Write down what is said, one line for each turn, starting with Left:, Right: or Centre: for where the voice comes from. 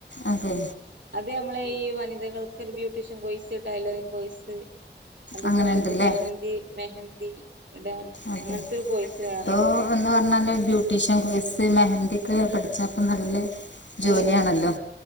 Left: അതെ.
Right: അതെ നമ്മളെ ഈ വനിതകൾക്ക് ഒരു beautician course tailoring course അതുപോലിത്
Left: അങ്ങനെ ഉണ്ടല്ലേ
Right: മെഹന്തി മെഹന്തി ഇടാൻ
Left: അതെ
Right: അങ്ങനത്തെ ഒരു കോഴ്സ് വേറെണ്ട്
Left: ഇപ്പോ എന്ന് പറഞ്ഞാല് ബ്യൂട്ടീഷ്യൻ കോഴ്സ് മെഹന്തി ക്ക് പഠിച്ചാപ്പോ നല്ല ജോലിയണല്ലോ
Right: അതെ